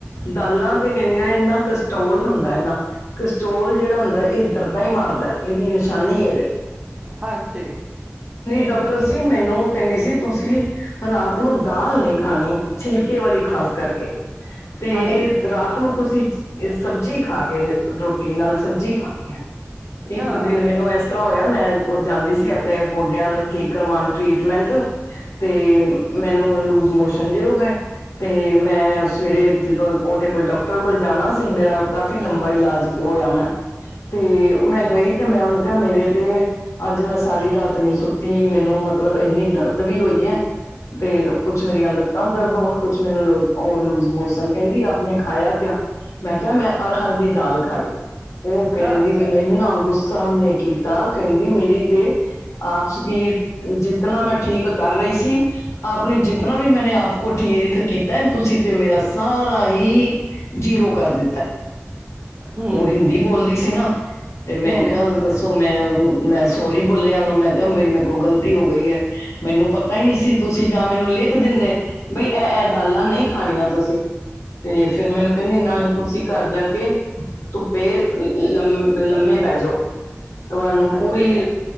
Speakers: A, on the left (about 75°); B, on the right (about 25°).
A: ਦਾਲਾਂ ਤੇ ਕਿੰਨੀਆਂ ਇੰਨਾ ਕ ਕ੍ਰਿਸਟੋਲ ਹੁੰਦਾ ਹੈ ਨਾ ਕ੍ਰਿਸਟੋਲ ਜਿਹੜਾ ਹੁੰਦਾ ਇਹ ਦਰਦਾਂ ਹੀ ਮਾਰਦਾ ਇਹਦੀ ਨਿਸ਼ਾਨੀ ਏ ਵੇ।
B: ਹਾਂਜੀ,
A: ਡਾਕਟਰ ਸੀ ।ਮੈਨੂੰ ਉਹ ਕਹਿੰਦੇ ਸੀ। ਤੁਸੀਂ, ਰਾਤ ਨੂੰ ਦਾਲ ਨਹੀਂ ਖਾਣੀ ।ਛਿਲਕੇ ਵਾਲੀ ਖਾਲੋ ਕਰਕੇ। ਤੇ,
B: ਹਾਂਜੀ,
A: ਰਾਤ ਨੂੰ ਤੁਸੀਂ ਇਹ ਸਬਜ਼ੀ ਖਾ ਕੇ, ਰੋਟੀ ਨਾਲ ਸਬਜ਼ੀ ਖਾਣੀ ਹੈ
B: ਹਾਂ,
A: ।ਇੱਕ ਦਿਨ ਮੈਨੂੰ ਏਸ ਹੋਇਆ ।ਮੈਂ, ਉਹ ਜਾਂਦੀ ਸੀ ਆਪਣੇ ਗੋਡਿਆਂ ਨੂੰ ਠੀਕ ਕਰਵਾਣ ।ਟ੍ਰੀਟਮੈਂਟ! ਤੇ! ਮੈਨੂੰ ਲੂਜ ਮੋਸ਼ਨ ਜਿ ਹੋ ਗਏ । ਤੇ ਮੈਂ ਸਵੇਰੇ ਜਦੋਂ ਉਹਦੇ ਕੋਲ ਡਾਕਟਰ ਕੋਲ ਜਾਣਾ ਤੇ ।ਮੇਰਾ ਕਾਫ਼ੀ ਲੰਬਾ ਇਲਾਜ ਹੋਇਆ ।ਮੈਂ! ਤੇ, ਮੈਂ ਗਈ ਤੇ ਮੈਂ ਉਹਨੂੰ ਕਿਹਾ! ਮੇਰੇ ਤੇ! ਅੱਜ ਮੈਂ ਸਾਰੀ ਰਾਤ ਨੀ ਸੁੱਤੀ। ਮੈਨੂੰ, ਮਤਲਬ ਇੰਨੀ ਦਰਦ ਵੀ ਹੋਈ ਹੈ। ਤੇ ਕੁੱਛ ਮੇਰੀਆਂ ਲੱਤਾਂ ਦਰਦ ਹੋਣ ।ਕੁਛ ਮੈਨੂੰ, ਉਹ ਲੂਜ ਮੋਸ਼ਨ। ਕਹਿੰਦੀ ਆਪ ਨੇ ਖਾਯਾ ਕਯਾ? ਮੈਂ ਕਿਹਾ! ਮੈਂ, ਅਰਹਰ ਦੀ ਦਾਲ ਖਾਈ। ਉਹ ਕਹਿੰਦੀ।
B: ਹਾਂ,
A: ਮੈਨੂੰ ਇੰਨਾ ਗੁੱਸਾ ਉਹਨੇ ਕੀਤਾ। ਕਹਿੰਦੀ, ਮੇਰੀ ਤੇ। <unintelligible> ਜਿਤਨਾ ਮੈਂ ਠੀਕ ਕਰ ਰਹੀ ਸੀ। <unintelligible> ਠੀਕ ਕੀਤਾ। ਤੁਸੀਂ ਤੇ ਮੇਰਾ ਸਾਰਾ ਹੀ ਜੀਰੋ ਕਰ ਦਿੱਤਾ।
B: ਹੂੰ,
A: ਉਹ ਹਿੰਦੀ ਬੋਲਦੀ ਸੀ ਨਾ। ਤੇ ਮੈਂ
B: ਹੂੰ,
A: ਕਿਹਾ! ਦੱਸੋ ਮੈਂ ਮੈਂ ਸੋਰੀ ਬੋਲਿਆ ਉਹਨੂੰ। ਮੈਂ ਕਿਹਾ! ਬਈ- ਮੇਰੇ ਕੋਲ ਗ਼ਲਤੀ ਹੋ ਗਈ ਹੈ ।ਮੈਨੂੰ ਪਤਾ ਹੀ ਨਹੀਂ ਸੀ ਤੁਸੀਂ ਜਾ ਮੈਂ ਲਿਖ ਦਿੰਦੇ ।ਬਈ ਇਹ ਇਹ ਦਾਲਾਂ ਨਹੀਂ ਖਾਣੀਆਂ ਤੁਸੀਂ। ਤੇ ਫਿਰ ਮੈਨੂੰ ਕਹਿੰਦੇ ਨਹੀਂ ਤੁਸੀਂ ਘਰ ਜਾ ਕੇ, ਧੁੱਪੇ! ਲੰ ਲੰਮੇ ਪੈ ਜਾਓ। ਤੁਹਾਨੂੰ
B: ਹਾਂਜੀ,
A: ਪੂਰੀ